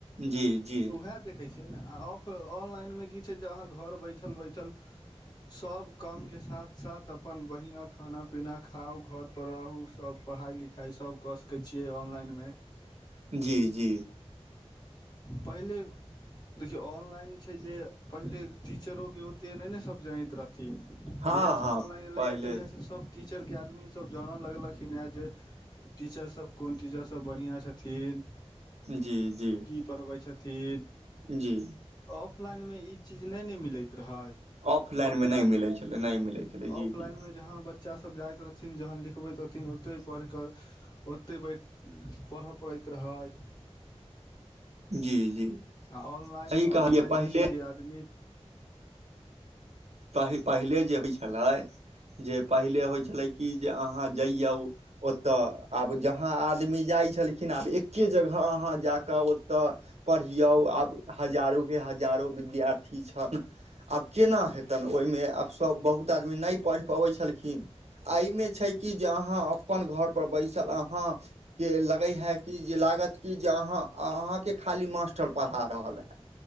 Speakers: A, on the right (about 75°); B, on the left (about 40°).
A: जी! जी!
B: उएह देखै छियै ने, आ ऑ ऑनलाइन मे की छै जे, अहाँ घर बैठल -बैठल सब काम के साथ -साथ अपन बढ़ियां खाना पीना खाउ, घर पर रहू, सब पढ़ाई -लिखाई सब कर सकै छियै, ऑनलाइन मे।
A: जी- जी।
B: पहिले देखियौ ऑनलाइन छै जे, पहिले टीचरोके ओते नहि ने सब जनैत रहथिन। जहिआासँ
A: हँ हँ
B: ऑनलाइन
A: पहिले
B: लैए तहियासँ सभ टीचर के आदमी सब जाने लगलखिन हे जे, टीचर सब कोन टीचर सभ बढ़िआँ छथिन।
A: जी- जी।
B: की पढ़बै छथिन।
A: जी!
B: ऑफलाइनमे ई चीज नहि ने मिलैत रहै।
A: ऑफलाइनमे
B: ऑफलाइन,
A: नहि मिलै छलै नहि मिलै छलै
B: ऑफलाइनमे
A: जी जी
B: जहाँ बच्च बच्चासभ जाइत रहथिन, जहन लिखबैत रहथिन ओतहि पढ़िकऽ ओतेक बैठ पढ़य पड़ैत रहै।
A: जी- जी!
B: आ ऑनलाइन,
A: सही कहलियै
B: ऑनलाइन
A: पहिले
B: मे छै जे आदमी
A: पहि पहिले जे होइ छलै जे, पहिले होइ छलै कि, जे अहाँ जइयौ। ओतय आब जहाँ आदमी जाइत छलखिन, आब एक्के जगह अहाँ जा कऽ ओ तऽ, पढ़ियौ, आब हजारो के हजारो विद्यार्थी छल, आब केना हेतनि, ओहिमे आब सभ बहुत आदमी नहि पढ़ि पबै छलखिन। एहिमे छै कि जे, अहाँ अपन घरपर बैसल अहाँ के लगै है कि जे, लागत कि जे, अहाँ अहाँके खाली मास्टर पढ़ा रहल है।